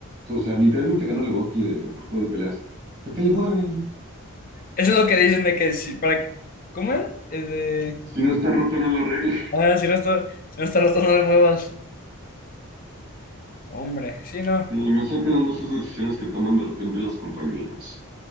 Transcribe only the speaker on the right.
O sea, literalmente ganó el GOTY de mejor juego de peleas. ¿Para qué le mueven?
Si no está roto, no lo arregles.
Sí, <laughs> me están quedando esas decisiones que toman de repente las compañías.